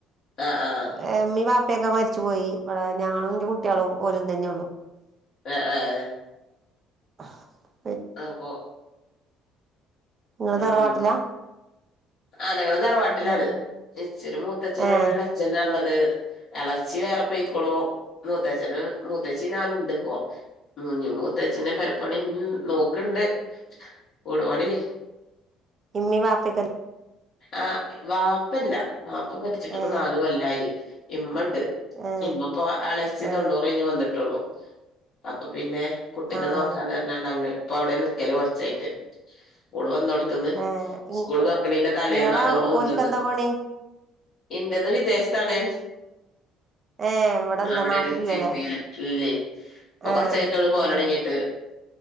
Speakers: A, on the left; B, on the right.
A: അഹ് ആഹ്
B: ഹ് മ്മീം പാപ്പിയൊക്കെ മരിച്ചു പോയി ഇവടേ ഞാനുംന്റെ കുട്ടികളും ഓലും തന്നെയൊള്ളു
A: ആഹ് ആഹ് ഏഹ്
B: ഹ
A: അപ്പോ
B: ങ്ങള് തറവാട്ടിലാ
A: ഉം ആഹ് ഞങ്ങള് തറവാട്ടിലാണ്
B: ആഹ്
A: ഇച്ചൊരു മൂത്തച്ഛനും
B: ഏഹ്
A: ഒരെ ളച്ഛനു ആ ഉള്ളത് ഇളച്ചി വേറെ പൊയ്ക്കുണൂ മൂത്തച്ഛന് മൂത്തച്ചി ഞനുണ്ട് പോ ഞ്ഞ മൂത്തച്ഛന് പെരപ്പണി നോക്ക്ണ്ട് ഉടവണീ
B: ഇമ്മിം വാപ്പിക ല്ലെ
A: ആഹ് വാപ്പല്ല വാപ്പ മരിച്ചിട്ടിപ്പൊ
B: ഏഹ്
A: നാല്കൊല്ലായി ഇമ്മണ്ട്
B: ഏഹ്
A: ഇമമപ്പോ എളച്ചി
B: ആഹ്
A: തൊണ്ണൂറ് കഴിഞ്ഞ് വന്നിട്ടൊള്ളൂ അപ്പൊ പിന്നെ കുട്ടിനെ
B: ആഹ്
A: നോക്കാൻ തന്നെങ്ങ് ഇപ്പൊ അവിടെ നിക്കല് കുറച്ചായിട്ട് ഓള് വന്നോട്ത്ത്ന്ന്
B: ഏഹ്
A: സ്കൂൾ തൊറക്കണീന്റെ തലേന്നാണ്
B: ഇങ്ങളെ
A: ഓള് വന്നത്
B: ഓൽക്കെന്താ പണി
A: ഇൻറത് വിദേശത്താണ്
B: ഏഹ് ഇവിടെല്ല
A: അവിടെലല്ലേ
B: നാട്ടിലില്ലല്ലേ
A: ജിദേൽ ഇല്ലേ പ്പൊ
B: ആഹ്
A: കൊറച്ചായിട്ടൊളളു പോവലൊടങ്ങീട്ട്
B: ആഹ്